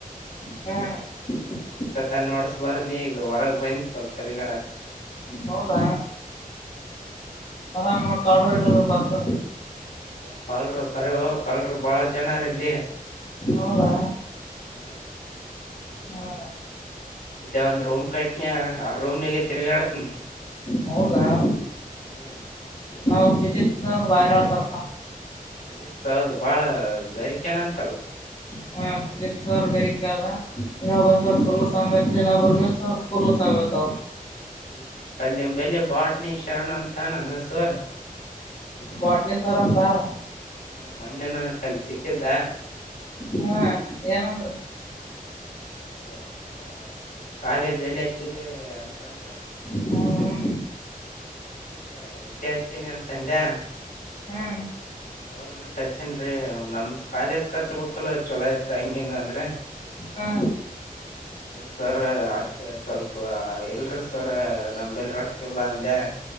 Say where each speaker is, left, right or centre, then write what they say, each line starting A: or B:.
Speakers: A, on the left; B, on the left.
A: ಹ್ಮ್
B: ಇಷ್ಟೊತ್ತ ನೋಡ್ಸ್ಬಾರ ನೀಿ ಈಗ ಹೊರಗ್ ಹೋಗಿನ್ ಸ್ವಲ್ಪ ತಿರ್ಗಾಡಾಕ
A: ಹೌದಾ ಆರಾಮ್ ಕಲ್ಡ್ರು ಗಿಲ್ಡ್ರು ಬರ್ತಾರಾ
B: ಏ ಕಲ್ಡ್ರು ಕರೆವು ಕಲ್ಡ್ರು ಬಾಳ ಜನರ ಇಲ್ಲಿ
A: ಹೌದಾ
B: ಹ್ಮ್
A: ಹಾ ಹಾ
B: ಇಲ್ಲ ಒಂದ್ ರೂಮ್ ಕಟ್ನಿ ಆ ರೂಮ್ ನಾಗ ತೀರಿಗಡ್ಟ್ನು
A: ಹೌದ ಹ
B: ಹ್ಮ್
A: ನಾ್ ಫಿಸಿಿಕ್ಸ್ ಒ ಬಾರ ಹಳ್ತಾರಪ್ಪ
B: ವಿಜಯಕ್ ಹೌದು ಬಾಳ ಬೇರಿಕೆನಂತಲ್ಲ
A: ಹಾ ಸುದೀಪ್ ಸರ್ ಬರಿಕಲ್ಲನ್ನ ಬ ಸರ್ ಫುಲ್ಲಾನ್ನ ಬರ ಸರ್ ಫು ಸತ ಅವ
B: ಹ್ಮ್್ಮ ಕಲ್ಲಿಂಬಲ್ಲಿ ಬಾಟ್ನಿ ಶರಣ ಅಂತಾನ ಅನಸರ್
A: ಬಾಟ್ನೇಶ್ವರ್ ಅಂತಾರ
B: ಹ ಮೊನ್ನೆ ನನಗ ಕಲ್ಲಿ ಸಿಕ್ಕಿದ್ದ
A: ಹಾ ಏನಂದ್ರ
B: ಸ್ವಲ್ಪ ಅದ್ರ ಕಾಲೇಜ್ ಎಲ್ಲಿ ಹಚ್ಚಿದೆ ಅಂತಂದ್ರ
A: ಹ್ಮ್
B: ಇಲ್ಲಯ ಇಲ್ಲೇ ಹಚ್ಚನೆ ಅಂತ ಅಂದೆ
A: ಹ್ಮ್
B: ಗೌರ್ಮೆಂಟ್ ಹಚ್ಚೇನ್ರಿ ನಮ್ದ್ ಕಾಲೇಜ್ ಹಚ್ಚ ಬೇಕಿಲ್ಲ ಚೊಲೋ ಇತ್ತ ಹಂಗ ಹೆಂಗ ಅಂದ್ರ
A: ಹಾ
B: ಸರ ಆ ಸ್ವಲ್ಪ ಎಲ್ಲ ಅಡ್ರೆಸ್ ವರ ನಮ್ಮ ಬಲ್ಲಿ ರೊಕ್ಕ ಇಲ್ಲ ಅಂದೆ